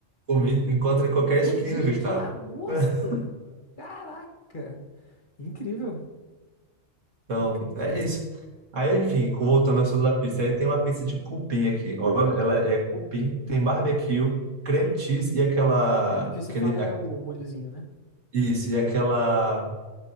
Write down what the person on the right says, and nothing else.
comi, encontra em qualquer
esquina, Gustavo.
<laughs>
Então,
é isso. Aí, enfim, voltando ao assunto da pizza, aí tem uma pizza de cupim aqui. Olha, ela é cupim, tem barbecue, creme cheese e aquela,
aquele,
a-
isso, e aquela,